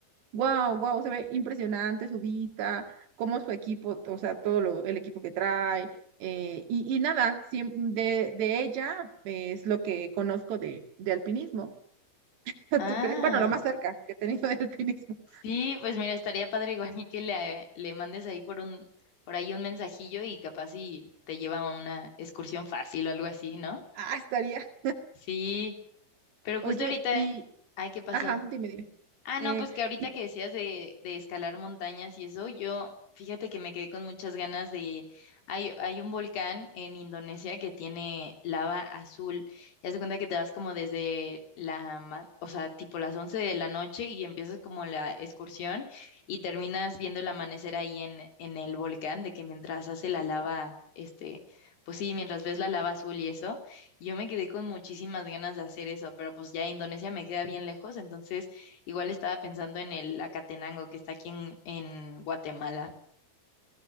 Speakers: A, on the right (about 65°); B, on the left (about 60°).
A: wow, wow, se ve impresionante su vista, cómo su equipo, o sea, todo lo, el equipo que trae eh, y, y nada, siem- de, de ella eh, es lo que conozco de, de alpinismo. <laughs>
B: Ah,
A: ¿Tú crees? Bueno, lo más cerca que he tenido de alpinismo.
B: sí,
A: <laughs>
B: pues mira, estaría padre igual y que le, le mandes ahí por un, por ahí un mensajillo y capaz y te lleva a una excursión fácil o algo así, ¿no?
A: Ah, estaría.
B: Sí, pero justo
A: Oye,
B: ahorita,
A: y,
B: ay, ¿qué pasó?
A: ajá, dime, dime.
B: Ah,
A: Eh,
B: no, pues que ahorita
A: ¿y
B: que decías de, de escalar montañas y eso, yo fíjate que me quedé con muchas ganas de... Hay, hay un volcán en Indonesia que tiene lava azul. Ya se cuenta que te vas como desde la... ma- O sea, tipo las 11 de la noche y empiezas como la excursión y terminas viendo el amanecer ahí en, en el volcán, de que mientras hace la lava, este... Pues sí, mientras ves la lava azul y eso, yo me quedé con muchísimas ganas de hacer eso, pero pues ya Indonesia me queda bien lejos, entonces... Igual estaba pensando en el Acatenango que está aquí en, en Guatemala.